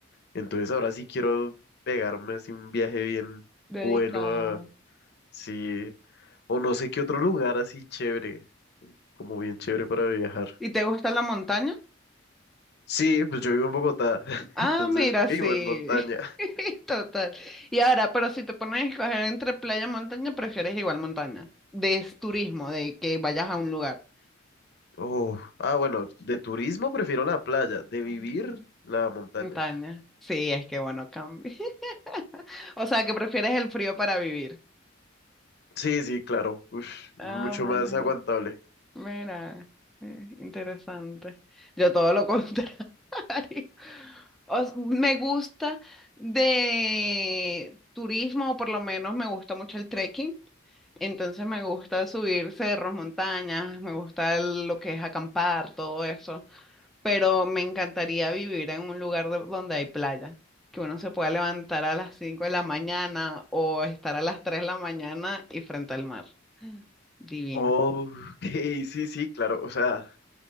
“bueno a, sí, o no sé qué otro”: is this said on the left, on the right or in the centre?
Left